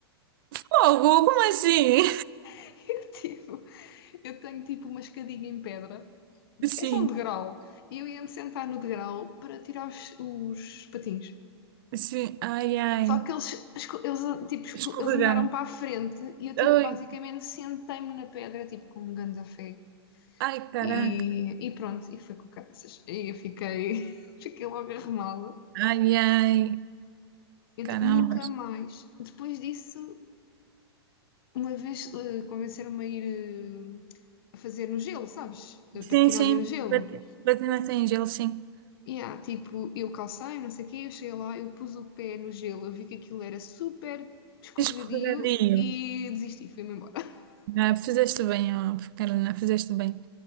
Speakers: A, on the right (about 55°); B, on the left (about 60°).
A: Fogo, como assim?
B: <laughs> Eu, tipo, eu tenho tipo uma escadinha em pedra,
A: <laughs> Sim,
B: é só um degrau, e eu ia-me sentar no degrau para tirar os, os patins.
A: sim. Ai, ai.
B: Só que eles, esco- eles, tipo, esco-
A: Escorregar.
B: eles andaram para a frente e eu, tipo,
A: Ai,
B: basicamente sentei-me na pedra, tipo, com um ganda fé.
A: ai, caraca.
B: E, e pronto, e foi com caraças. E eu fiquei, <laughs> fiquei logo arrumada.
A: Ai, ai.
B: Então,
A: Caramba.
B: nunca mais. Depois disso, uma vez eh, convenceram-me a ir eh, a fazer no gelo, sabes? Eh,
A: Sim,
B: Patinagem
A: sim.
B: no gelo.
A: Pat- Patinação em gelo, sim.
B: E ah tipo, eu calcei, não sei o quê, eu cheguei lá, eu pus o pé no gelo, eu vi que aquilo era super escorregadio
A: Escorregadio.
B: e desisti, fui-me embora. <laughs>
A: Ah, fizeste bem, ó, Carolina, fizeste bem.